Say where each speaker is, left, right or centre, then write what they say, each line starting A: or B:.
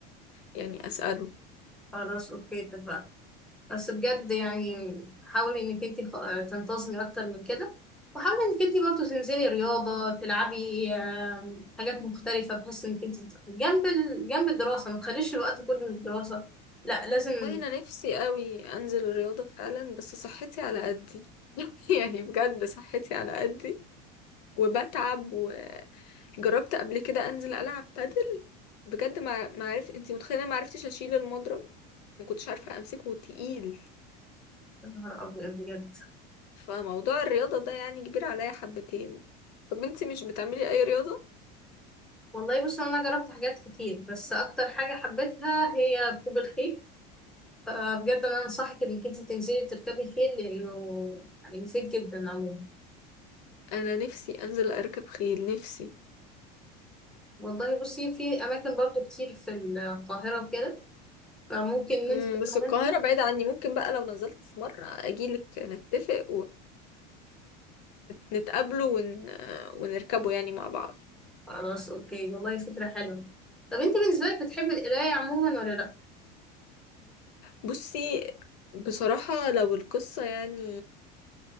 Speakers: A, on the left (about 80°); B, in the centre.
A: يعني اساله
B: خلاص اوكي اتفقنا بس بجد يعني حاولي انك انت تنتظمي اكتر من كده وحاولي انك انت برضو تنزلي رياضة تلعبي آم، حاجات مختلفة بحيث انك انت ت- جنب ال... جنب الدراسة ما تخليش الوقت كله للدراسة لا لازم
A: والله انا نفسي قوي انزل الرياضه فعلا بس صحتي على قدي <laughs> يعني بجد صحتي على قدي وبتعب وجربت قبل كده انزل العب بادل بجد ما ما عرفت انت متخيله ما عرفتش اشيل المضرب ما كنتش عارفه امسكه تقيل
B: يا نهار ابيض بجد
A: فموضوع الرياضه ده يعني كبير عليا حبتين طب انتي مش بتعملي اي رياضة
B: والله بصي انا جربت حاجات كتير بس اكتر حاجة حبيتها هي ركوب الخيل فبجد انا انصحك انك انت تنزلي تركبي خيل لانه يعني مفيد جدا عموما
A: انا نفسي انزل اركب خيل نفسي
B: والله بصي في أماكن برضو كتير في القاهرة وكده فممكن ننزل
A: مم، بس
B: أنا وأنتي
A: القاهرة بعيدة عني ممكن بقى لو نزلت في مرة اجيلك نتفق ونتقابله ون... ونركبه يعني مع بعض
B: خلاص أوكي والله فكرة حلوة طب أنت بالنسبة لك بتحبي القراية عموما ولا لأ؟
A: بصي بصراحة لو القصة يعني